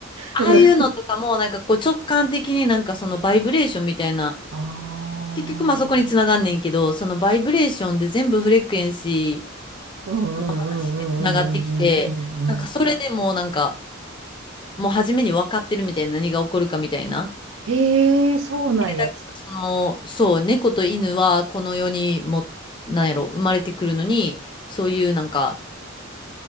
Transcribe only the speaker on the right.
うんああー。
うんうんうんうんうんうんうんうん。
へえ、そうなんやつ。